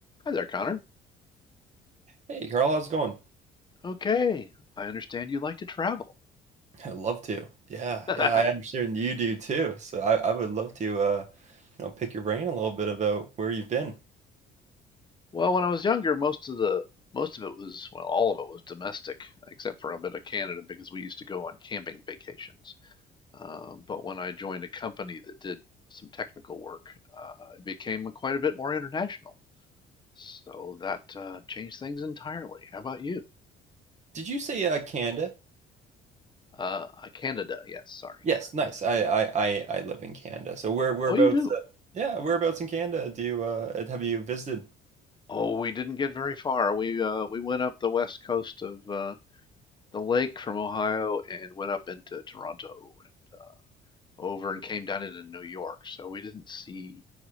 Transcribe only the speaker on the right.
Hey Carl, how's it going?
I'd love to. Yeah,
yeah, I understand you do too. So I, I would love to uh you know pick your brain a little bit about where you've been.
Did you say uh Canada?
Yes, nice. I I I, I live in Canada. So where whereabouts
uh, yeah, whereabouts in Canada do you uh have you visited?